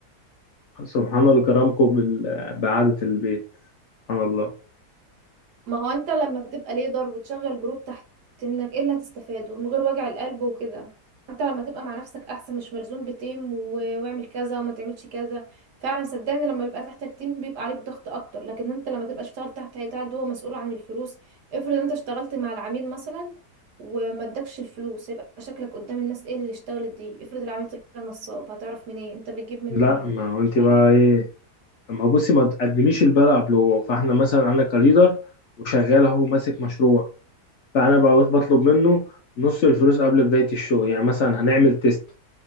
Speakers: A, on the left; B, on the right.
A: سبحان الله كرمكم بال- بقعده البيت سبحان الله
B: ما هو انت لما تبقى ليدر وتشغل جروب تحت منك ايه اللي هتستفاده من غير وجع القلب وكده انت لما تبقى مع نفسك احسن مش ملزوم بتيم و- واعمل كذا وما تعملش كذا فعلا صدقني لما بيبقى تحتك تيم بيبقى عليك ضغط اكتر لكن انت لما تبقى اشتغل تحت هيئة عد هو مسؤول عن الفلوس افرض انت اشتغلت مع العميل مثلا وما ادكش الفلوس هيبقى شكلك قدام الناس ايه اللي اشتغلت دي افرض العميل طلع نصاب هتعرف منين انت بتجيب من
A: لا ما هو انت بقى
B: أي-
A: ايه ما هو بصي ما تقدميش البلاء قبل هو فاحنا مثلا انا كليدر وشغال اهو ماسك مشروع فانا بقى بطلب منه نص الفلوس قبل بداية الشغل يعني مثلا هنعمل تيست